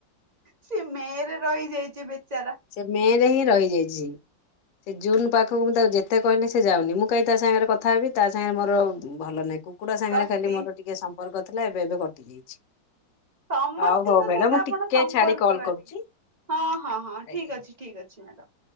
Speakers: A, on the right; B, on the left.
A: ସେ ମେରେ ରହିଯାଇଛି ବେଚାରା
B: ସେ ମେ ହିଁ ରହିଯାଇଛି ସେ ଜୁନ ପାଖକୁ ମୁଁ ତାକୁ ଯେତେ କହିଲେ ସେ ଯାଉନି ମୁଁ କାହି ତା ସାଙ୍ଗରେ କଥା ହେବି ତା ସାଙ୍ଗରେ ମୋର ଭଲ ନାଇଁ କୁକୁଡ଼ା ସାଙ୍ଗରେ
A: କଟି
B: ଖାଲି ମୋର ଟିକେ ସମ୍ପର୍କ ଥିଲା ଏବେ ଏବେ କଟି ଯାଇଛି।
A: ସମସ୍ତିଙ୍କ
B: ହଉ ହଉ ମ୍ୟାଡ଼ାମ
A: ସହିତ
B: ମୁଁ
A: ଆପଣ
B: ଟିକେ
A: ସମ୍ପର୍କ
B: ଛାଡି କଲ୍
A: ରାତି
B: କରୁଛି
A: ହଁ ହଁ ହଁ
B: ଆଜ୍ଞା।
A: ଠିକ ଅଛି ଠିକ ଅଛି ମ୍ୟାଡାମ